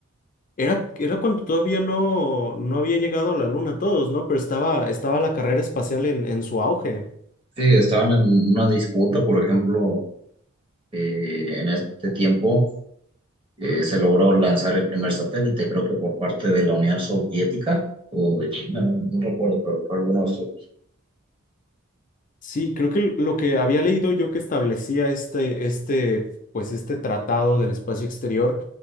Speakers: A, on the left; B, on the right.
A: era, era cuando todavía no, no había llegado a la Luna todos, ¿no? Pero estaba, estaba la carrera espacial en, en su auge.
B: Sí, estaban en una disputa, por ejemplo, eh, en este tiempo eh, se logró lanzar el primer satélite, creo que por parte de la Unión Soviética o de China, no, no recuerdo, pero fue alguno de esos.
A: Sí, creo que lo que había leído yo que establecía este, este, pues este tratado del espacio exterior